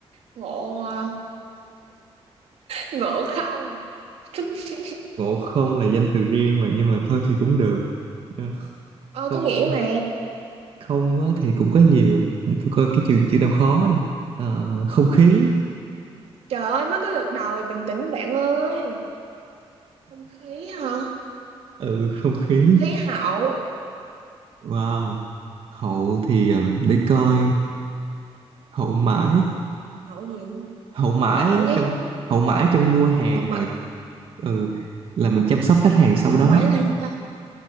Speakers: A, on the right; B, on the right.
A: ngộ ờ, ngộ không <laughs>
B: ngộ không là danh từ riêng mà nhưng mà thôi thì cũng được Ờ,
A: ờ
B: không
A: có nghĩa mà
B: không á, thì cũng có nhiều để tôi coi cái chữ chữ nào khó đi Ờ, không khí
A: Trời ơi, mới có lượt đầu rồi, bình tĩnh bạn ơi. Không khí hả?
B: ừ không khí
A: Khí hậu.
B: Wow, Hậu thì um, để coi Hậu mãi
A: Hậu gì?
B: Hậu mãi
A: Hậu
B: á,
A: gì?
B: trong Hậu mãi trong mua hàng
A: Hậu mãi.
B: mà ừ là mình chăm sóc khách hàng sau
A: Hậu
B: đó
A: mãi là gì ta?